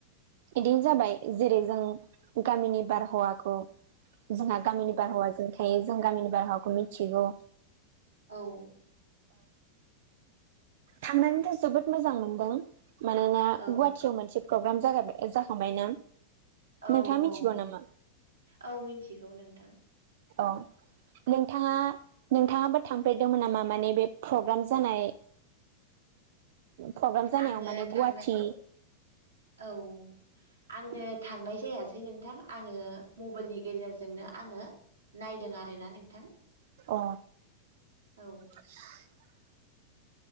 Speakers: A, on the right; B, on the right.
A: बिदिनो जाबाय जेरै जों गामिनि बारहावाखौ जोंहा गामिनि बारहावाजों
B: औ
A: थायो जों गामिनि बारहावाखौ मिथिगौ
B: औ
A: थांनानैथ' जोबोद मोजां मोनदों मानोना
B: औ
A: गुवाहाटियाव मोनसे प्रग्राम जागायबाय जाखांबाय ना
B: औ
A: नोंथाङा
B: औ
A: मिथिगौ नामा
B: औ मिथिगौ नोंथां
A: औ नोंथाङा नोंथाङाबो थांफेरदोंमोन नामा माने बे प्रग्राम जानाय प्रग्राम जानायाव
B: आङो
A: माने गुवाहाटी
B: थांनाय औ आङो थांनाय जायासै नोंथां आङो मबाइलनि गेजेरजोंनो आङो नायदों आरोना नोंथां
A: अ
B: औ
A: <inaudible> बुंथिगिरिनि जेबो खोनानो मोननाय जायाखै